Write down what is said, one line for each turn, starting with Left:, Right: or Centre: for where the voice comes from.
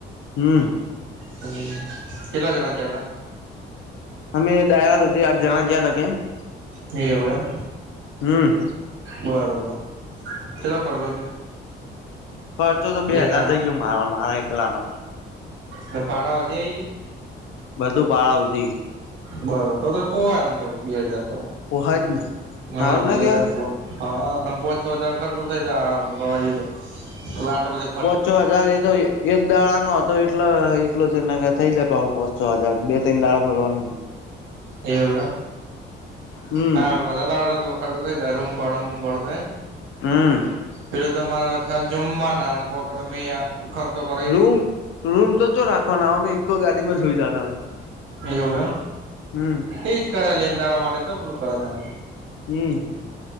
Left: હમ્મ
Right: હમ્મ કેલા જણા જ હતા
Left: અમે ડાયવાર સુધી આઠ જણા જયાં હતા, કેમ?
Right: એવું એમ
Left: હમ્મ
Right: બરોબર ચલો ખર્ચો થયો.
Left: ખર્ચો તો બે
Right: જેના
Left: હજાર થઇ ગયો, મારો મારા એકલા નો
Right: તો પાડા વધેય છે.
Left: બધું પાળાવતી
Right: બરોબર તો તો પો હાય તો બે હજાર તો
Left: પોહાય જ ને
Right: હા,
Left: હારું
Right: બે
Left: ના
Right: હાજાર
Left: કેવાય
Right: હમ પોચ છ હજાર ખર્ચો થઇ જાય ગ તો પવા આઠ બજે
Left: પોચો હજાર એ તો એક દાળ નો હતો તો એટલા એટલ છે ને કે થઈ જાય, પોચ છો હજાર બે ત્રણ દાડા ભરવાનું
Right: એવ
Left: હમ
Right: હાવા <inaudible> ખર્ચો થાયારૂમ પાડમ બળો થાય
Left: હમ
Right: પેલો તમારે ખ્યાલ જમવા ના કહ કે તમે ખર્ચ કર
Left: રૂમ રૂમ તો ચ રાખવાના અમે એક ગાડીમાં સુઈ જતા હતા.
Right: એવું એમ
Left: હમ
Right: એજ કરે લ એક દાડા માટે તો પેલું કરે.
Left: હમ્મ